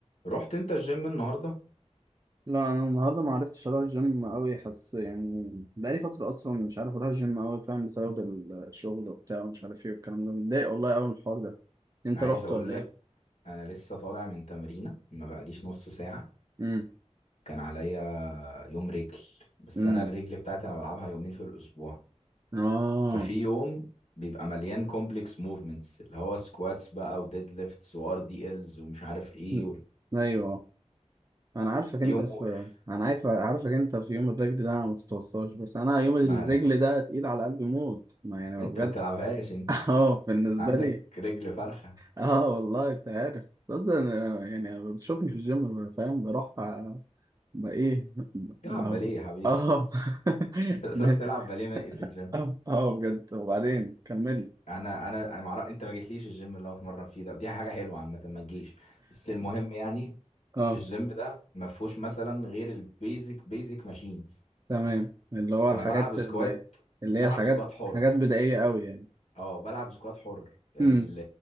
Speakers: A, on the left; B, on the right.
A: رحت انت الجيم النهارده
B: لا انا النهارده ما عرفتش اروح الجيم قوي حس يعني بقالي فتره اصلا مش عارف اروح الجيم قوي فاهم بسبب الشغل وبتاع ومش عارف ايه والكلام ده متضايق والله قوي من الحوار ده انت
A: انا عايز
B: رحت
A: اقول
B: ولا
A: لك
B: ايه
A: انا لسه طالع من تمرينه ما بقاليش نص ساعه
B: امم
A: كان عليا يوم رجل بس
B: امم
A: انا الرجل بتاعتي انا بلعبها يومين في الاسبوع
B: اه
A: ففي يوم بيبقى مليان كومبلكس موفمنتس اللي هو سكواتس بقى وديد ليفتس وار دي الز ومش عارف ايه
B: مم.
A: و...
B: ايوه انا عارفك انت
A: يوم
B: في
A: مقرف
B: انا عارف عارفك انت في يوم الرجل ده ما تتوصاش بس انا يوم الرجل
A: ما
B: ده تقيل على قلبي موت ما يعني
A: انت
B: بجد
A: ما بتلعبهاش انت
B: <laughs> اه بالنسبه
A: عندك
B: لي
A: رجل فرخه
B: اه والله انت عارف اصلا يعني بتشوفني في الجيم فاهم بروح ما ايه
A: تلعب
B: ما
A: باليه يا حبيبي
B: اه
A: <laughs>
B: <laughs>
A: ت- تروح
B: ده
A: تلعب باليه مائي في الجيم
B: اه اه بجد وبعدين كمل
A: انا انا انا معرف... انت ما جيتليش الجيم اللي هو اتمرن فيه ده ودي حاجه حلوه عامه ما تجيش بس المهم يعني
B: اه
A: الجيم ده ما فيهوش مثلا غير البيزك بيزك ماشينز
B: تمام اللي هو
A: فانا
B: الحاجات
A: بلعب سكوات
B: اللي, اللي
A: بلعب
B: هي الحاجات
A: سكوات حر
B: حاجات بدائية قوي يعني
A: اه بلعب سكوات حر ال-
B: امم